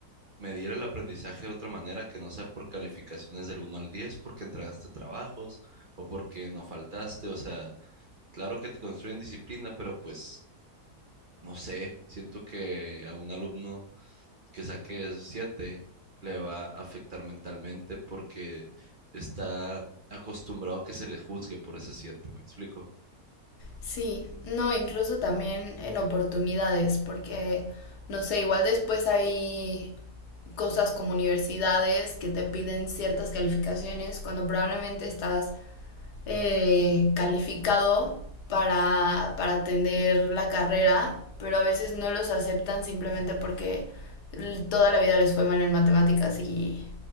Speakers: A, on the right; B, on the left.
A: medir el aprendizaje de otra manera que no sea por calificaciones del uno al 10 porque entregaste trabajos o porque no faltaste. O sea, claro que te construyen disciplina, pero pues no sé, siento que a un alumno que saque 7 le va a afectar mentalmente porque está acostumbrado a que se le juzgue por ese siete ¿me explico?
B: Sí, no, incluso también en oportunidades, porque, no sé, igual después hay cosas como universidades que te piden ciertas calificaciones cuando probablemente estás eh, calificado para, para atender la carrera, pero a veces no los aceptan simplemente porque l- toda la vida les fue mal en matemáticas y,